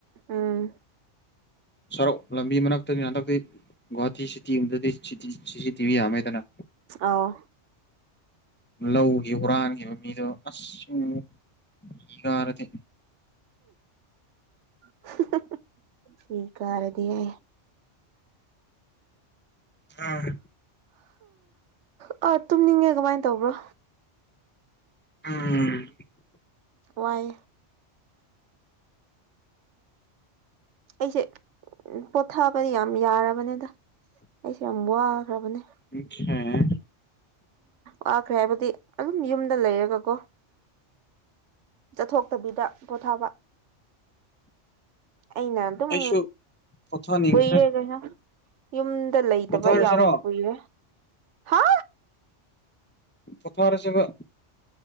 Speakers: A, on the right; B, on the left.
A: ꯎꯝ
B: ꯁꯔꯣꯛ ꯂꯝꯕꯤ ꯃꯔꯛꯇꯅꯤꯅ ꯍꯟꯗꯛꯇꯤ ꯒꯨꯍꯥꯇꯤ ꯁꯤꯇꯤ ꯑꯃꯗꯗꯤ <unintelligible> ꯇꯤꯚꯤ ꯌꯥꯝꯃꯦꯗꯅ
A: ꯑꯥꯎ
B: ꯂꯧꯒꯤ ꯍꯨꯔꯥꯟꯈꯤꯕ ꯃꯤꯗꯣ ꯑꯁ <unintelligible> ꯏ ꯀꯔꯥꯗꯤ
A: ꯍꯨꯝ <unintelligible> ꯏ ꯀꯥꯔꯗꯤ ꯍꯦ
B: ꯑꯥ
A: ꯑ ꯇꯨꯝꯅꯤꯡꯉꯦ ꯀꯃꯥꯏꯅ ꯇꯧꯕ꯭ꯔꯥ
B: ꯑꯥ <unintelligible> <inaudible>
A: ꯋꯥꯏꯌꯦ ꯑꯩꯁꯦ ꯄꯣꯊꯥꯕꯗꯤ ꯌꯥꯝ ꯌꯥꯔꯕꯅꯤꯗ ꯑꯩꯁꯦ ꯌꯥꯝ ꯋꯥꯈ꯭ꯔꯕꯅꯦ
B: <unintelligible>
A: ꯋꯥꯈ꯭ꯔꯦ ꯍꯥꯏꯕꯗꯤ ꯑꯗꯨꯝ ꯌꯨꯝꯗ ꯂꯩꯔꯒ ꯀꯣ ꯆꯠꯊꯣꯛꯇꯕꯤꯗ ꯄꯣꯊꯥꯕ ꯑꯩꯅ ꯑꯗꯨꯝ
B: ꯑꯩꯁꯨ ꯄꯣꯊꯥꯅꯤꯡꯈ꯭ꯔꯦ
A: ꯀꯨꯏꯔꯦ ꯀꯩꯅꯣ ꯌꯨꯝꯗ ꯂꯩꯇꯕ
B: ꯄꯣꯊꯥꯔꯁꯤꯔꯣ
A: ꯌꯥꯝ ꯀꯨꯏꯔꯦ ꯍꯥ
B: ꯄꯣꯊꯥꯔꯁꯤꯕ